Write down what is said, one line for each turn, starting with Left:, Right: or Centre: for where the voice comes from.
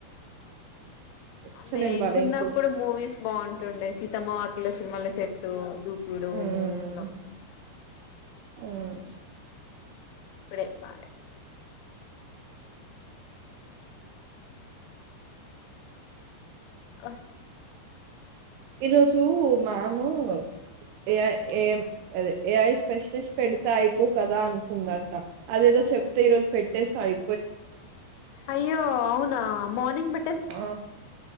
Right: అసలు
Left: మేంగ్
Right: ఏం బాలే
Left: ఉన్నప్పుడు
Right: ఇప్పుడు
Left: మూవీస్ బాగుంటుండే సీతమ్మ వా లోసినిమాలు చెట్టు దూకుడు
Right: మ్మ్
Left: మూవీస్ లో
Right: మ్మ్
Left: ఇప్పుడే చెప్పాలి క
Right: ఈరోజు మాము ఏఐ ఏయం అదే ఏఐ స్పెషలిస్ట్ పెడితే అయిపో కదా అనుకుందంట అదేదో చెప్తే ఈ రోజు పెట్టేస్తే అయి
Left: అయ్యో అవునా మార్నింగ్ బట్
Right: ఆ